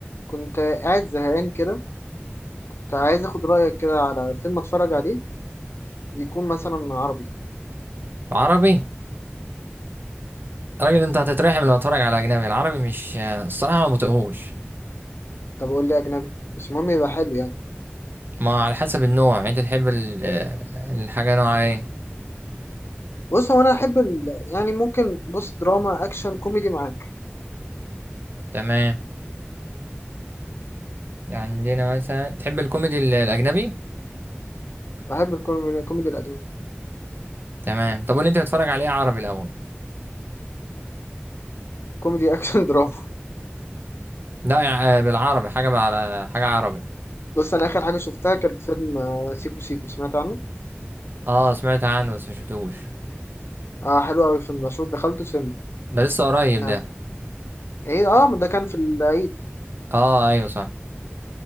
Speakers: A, on the left (about 70°); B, on the right (about 50°).
A: كنت قاعد زهقان كده كنت عايز اخد رأيك كده على فيلم اتفرج عليه يكون مثلا عربي
B: عربي راجل انت هتترحم لو اتفرج على اجنبي العربي مش الصراحه ما بطيقهوش
A: طب قول لي اجنبي بس المهم يبقى حلو يعني
B: ما على حسب النوع يعني انت تحب ال- الحاجه نوعها ايه
A: بص هو انا احب ال... يعني ممكن بص دراما اكشن كوميدي معاك
B: تمام يعني عندنا مثلا تحب الكوميدي ال- الاجنبي
A: بحب الكوميدي الكوميدي الاجنبي
B: تمام طب واللي انت بتتفرج عليه عربي الاول
A: كوميدي اكشن <laughs> دراما
B: لا يع- بالعربي حاجه على حاجه عربي
A: بص انا اخر حاجه شفتها كانت فيلم آه، سيكو سيكو سمعت عنه
B: اه سمعت عنه بس ما شفتوش
A: اه حلو قوي الفيلم ده شوف دخلته سينما
B: ده لسه قريب
A: يعني
B: ده
A: ايه اه ده كان في العيد
B: اه ايوه صح